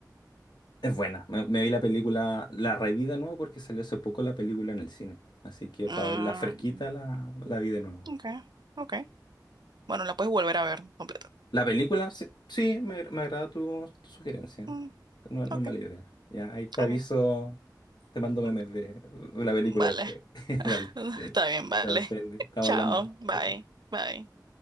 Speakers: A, on the left; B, on the right.
A: Es buena. Me, me vi la película, la reví de nuevo porque salió hace poco la película en el cine. Así que para
B: Mm,
A: verla fresquita la, la vi de nuevo.
B: ok, ok. Bueno, la puedes volver a ver completa.
A: La película, sí, sí, me, me agrada tu, tu sugerencia.
B: Mm,
A: No, no
B: ok,
A: es mala idea. Ya, ahí te
B: ok.
A: aviso, te mando memes
B: Mm,
A: de, de la película
B: Vale,
A: después. <laughs>
B: <laughs>
A: Vale,
B: está bien, vale.
A: ya, Sandy,
B: <laughs>
A: estamos
B: Chao,
A: hablando.
B: bye,
A: Chao, chao.
B: bye.